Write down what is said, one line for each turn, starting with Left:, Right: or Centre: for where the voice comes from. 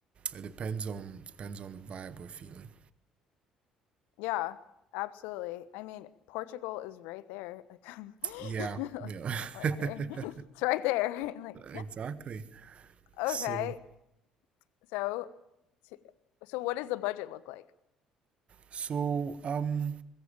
Right: It depends on depends on the vibe we're feeling.
Left: Yeah. Absolutely. I mean, Portugal is right there. Like,
Right: Yeah,
Left: <laughs> like,
Right: yeah.
Left: like,
Right: <laughs>
Left: right- <laughs> it's right there. <laughs> Like,
Right: Exactly.
Left: Okay.
Right: So,
Left: So, t- so what does the budget look like?
Right: so um